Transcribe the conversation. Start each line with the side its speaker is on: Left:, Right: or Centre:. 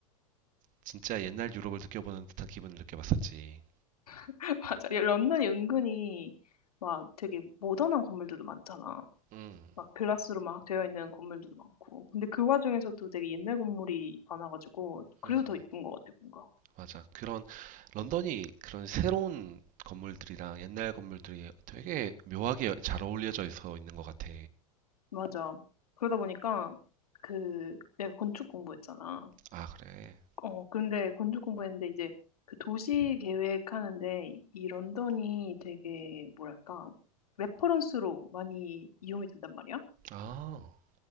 Right: 진짜 옛날 유럽을 느껴보는 듯한 기분을 느껴봤었지.
Left: <laughs> 맞아. 이 런던이 은근히 막 되게 모던한 건물들도 많잖아.
Right: 음,
Left: 막 글라스로 막 되어 있는 건물들도 많고. 근데 그 와중에서도 되게 옛날 건물이 많아가지고, 그래서
Right: 음,
Left: 더 예쁜 것 같아, 뭔가.
Right: 맞아 그런 런던이 그런 새로운 건물들이랑 옛날 건물들이 되게 묘하게 잘 어울려져 있어 있는 것 같아.
Left: 맞아. 그러다 보니까, 그, 내가 건축 공부했잖아.
Right: 아 그래.
Left: 어, 근데 건축 공부했는데 이제 그 도시 계획하는데 이 런던이 되게, 뭐랄까, 레퍼런스로 많이 이용이 된단 말이야.
Right: 아,